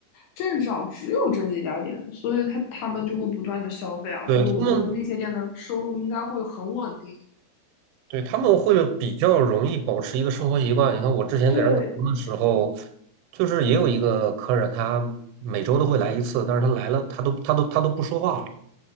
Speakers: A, on the left; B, on the right.
A: 镇上只有这几家店，所以他他们就会不断的消费啊。
B: 对，
A: 所以我觉得那些店的收入应该会很稳定。
B: 他们对，他们会比较容易保持一个生活习惯。你看，我之前给人打工的时候，
A: 对，
B: 就是也有一个客人，他每周都会来一次，但是他来了，他都他都他都不说话，